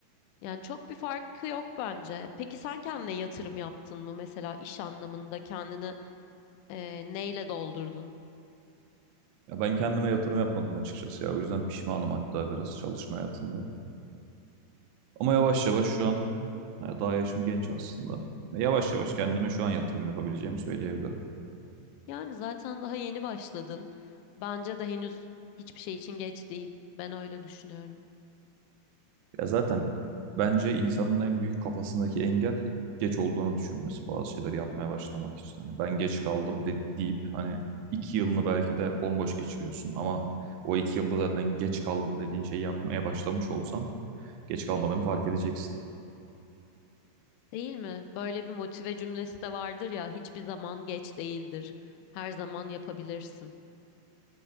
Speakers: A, on the left (about 85°); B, on the right (about 80°).
A: Yani çok bir farkı yok bence. Peki sen kendine yatırım yaptın mı mesela iş anlamında kendini e, neyle doldurdun?
B: Ya ben kendime yatırım yapmadım açıkçası ya. O yüzden pişmanım hatta biraz çalışma hayatında. Ama yavaş yavaş şu an Ya Daha yaşım genç aslında. Ya Yavaş yavaş kendime şu an yatırım yapabileceğimi söyleyebilirim.
A: Yani zaten daha yeni başladın. Bence de henüz hiçbir şey için geç değil. Ben öyle düşünüyorum.
B: Ya zaten bence insanın en büyük kafasındaki engel geç olduğunu düşünmesi bazı şeyler yapmaya başlamak için. Hani ben geç kaldım de, deyip hani iki yılını belki de bomboş geçiriyorsun ama o iki yılda zaten geç kaldım dediğin şeyi yapmaya başlamış olsan geç kalmadığını fark edeceksin.
A: Değil mi? Böyle bir motive cümlesi de vardır ya, hiçbir zaman geç değildir. Her zaman yapabilirsin.